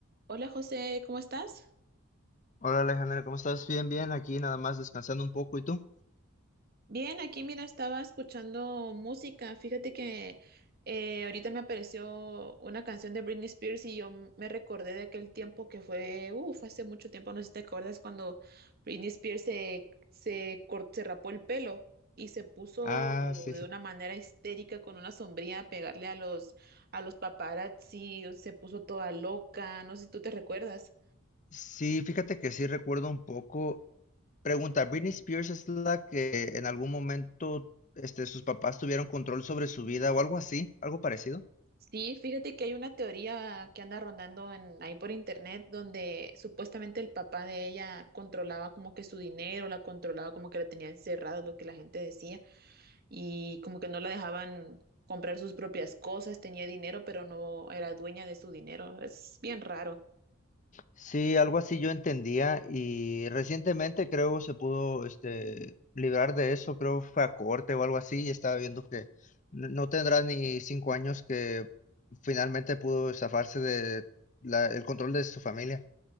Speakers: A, on the right; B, on the left.
A: Hola José, ¿cómo estás?
B: Hola Alejandra, ¿cómo estás? Bien, bien, aquí nada más descansando un poco. ¿Y tú?
A: Bien, aquí mira, estaba escuchando música. Fíjate que eh, ahorita me apareció una canción de Britney Spears y yo m- me recordé de aquel tiempo que fue, uff, hace mucho tiempo, no sé si te acuerdas cuando Britney Spears se, se, cor- se rapó el pelo y se puso
B: Ah, sí,
A: de
B: sí.
A: una manera histérica con una sombrilla a pegarle a los, a los paparazzi, se puso toda loca, no sé si tú te recuerdas.
B: Sí, fíjate que sí recuerdo un poco. Pregunta, ¿Britney Spears es la que en algún momento este, sus papás tuvieron control sobre su vida o algo así? ¿Algo parecido?
A: Sí, fíjate que hay una teoría que anda rondando en, ahí por internet donde supuestamente el papá de ella controlaba como que su dinero, la controlaba como que la tenía encerrada, es lo que la gente decía, y como que no la dejaban comprar sus propias cosas, tenía dinero, pero no era dueña de su dinero. Es bien raro.
B: Sí, algo así yo entendía y recientemente creo se pudo este, librar de eso, creo fue a corte o algo así y estaba viendo que n- no tendrá ni cinco años que finalmente pudo zafarse de la- el control de su familia.